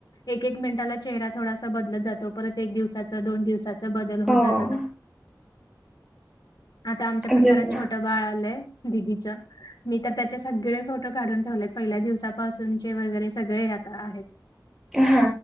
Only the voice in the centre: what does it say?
हो
तेच
ना
हा